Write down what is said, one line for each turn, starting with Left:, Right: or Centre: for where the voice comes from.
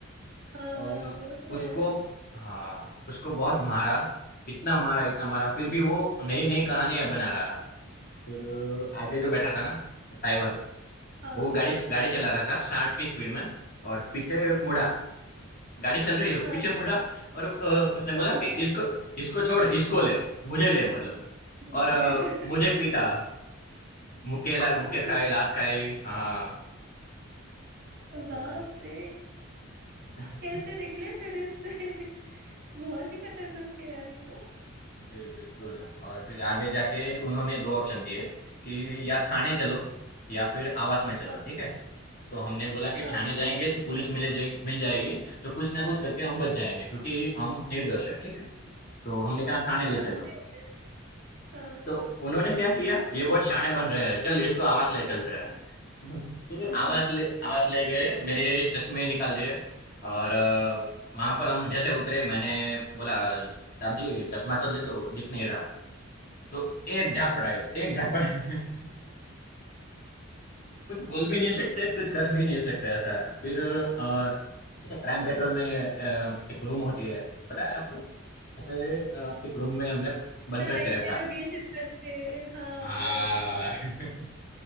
Right: हाँ
Left: और
Right: हाँ वो तो है
Left: उसको हाँ उसको बहुत मारा इतना मारा इतना मारा फिर भी वो नई नई कहानियां बना रहा है फिर आगे जो बैठा था ना ड्राइवर
Right: हाँ
Left: वो गाड़ी गाड़ी चला रहा था साठ की स्पीड में और पीछे मुड़ा गाड़ी चल रही है
Right: हाँ
Left: पीछे मुड़ा और अ, उसने बोला
Right: अरे
Left: कि
Right: यार
Left: इसको इसको छोड़ इसको ले मुझे ले मतलब
Right: <laughs>
Left: और अ, मुझे पीटा मुक्के ला-
Right: अरे
Left: मुक्के खाए लात खाई हाँ और
Right: बाप
Left: अ,
Right: रे
Left: <laughs>
Right: कैसे निकले फिर इससे <laughs> बहुत ही खतरनाक है यार ये तो
Left: जी बिल्कुल और फिर आगे जाके उन्होंने दो ऑप्शन दिए कि या थाने चलो या फिर आवास में चलो
Right: हाँ
Left: ठीक है तो हमने बोला कि
Right: हाँ
Left: ठाणे जाएँगे तो पुलिस मिले जाएगी मिल जाएगी, तो कुछ ना कुछ करके हम बच जाएँगे क्योंकि हम निर्दोष हैं, ठीक है? तो हमने कहा ठाणे ले
Right: हाँ
Left: चलो।
Right: सही है हाँ
Left: तो उन्होंने क्या किया, ये बहुत शाणे बन रहे हैं, चल इसको आवास ले चलते हैं। <laughs> फिर
Right: अरे
Left: आवास
Right: यार
Left: ले आवास ले गए, मेरे चश्मे निकाल दिए और अ, वहाँ पर हम जैसे उतरे मैंने बोला, "साहब जी चश्मा तो दे दो, दिख नहीं रहा।" तो एक झापड़ आई,
Right: <laughs>
Left: एक झापड़ आई। <laughs> कुछ बोल भी नहीं सकते, कुछ कर भी नहीं सकते ऐसा है। फिर अ, क्राइम पेट्रोल में अ, एक रूम होती है पता है आपको ऐसे अ, एक रूम में हमें बंद
Right: हाँ
Left: करके
Right: इंटेरोगेशन
Left: रखा
Right: करते हैं हाँ
Left: हाँ
Right: वही ठीक है
Left: <laughs>